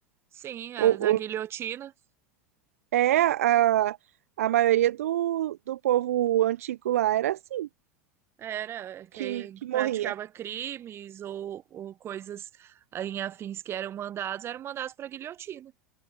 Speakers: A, on the right (about 30°); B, on the right (about 70°).
A: sim, a-
B: O,
A: na
B: o-
A: guilhotina
B: é a, a maioria do, do povo antigo lá era assim,
A: Era quem
B: que, que morria.
A: praticava crimes ou, ou coisas em afins que eram mandados, eram mandados para guilhotina.